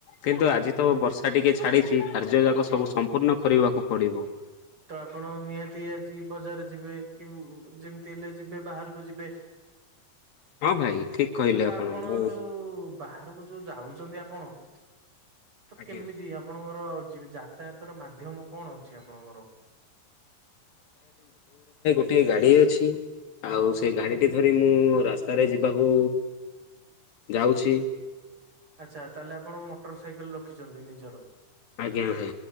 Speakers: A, on the left; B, on the right.
A: କିନ୍ତୁ
B: ହୁଁ
A: ଆଜି ତ ବର୍ଷା ଟିକେ ଛାଡ଼ିଛି। କାର୍ଯ୍ୟ ଯାକ ସବୁ ସମ୍ପୂର୍ଣ୍ଣ କରିବାକୁ ପଡ଼ିବ।
B: ତ ଆପଣ ନିହାତି ଆଜି ବଜାର ଯିବେ କିମ ଯେମିତି ହେଲେ ଯିବେ। ବାହାରକୁ ଯିବେ।
A: ହଁ ଭାଇ। ଠିକ କହିଲେ
B: ତ ଆପଣ
A: ମୁଁ
B: ଯୋଉ ବାହ ରକୁ ଯୋଉ ଯାଉଛନ୍ତି ଆପଣ ତ
A: ଆଜ୍ଞା
B: କେମିତି ଆପଣ। ମୋର ଜି ଯାତାୟାତର ମାଧ୍ୟମ କଣ ଅଛି ଆପଣଙ୍କର।
A: ଟିକେ ଗାଡି ଅଛି ଆଉ ସେ ଗାଡିଟି ଧରି ମୁଁ ରାସ୍ତାରେ ଯିବାକୁ। ଯାଉଛି।
B: ଆଚ୍ଛା ତାହେଲେ ଆପଣ ମଟର ସାଇକେଲ ରଖିଛନ୍ତି ନିଜର।
A: ଆଜ୍ଞା ଭାଇ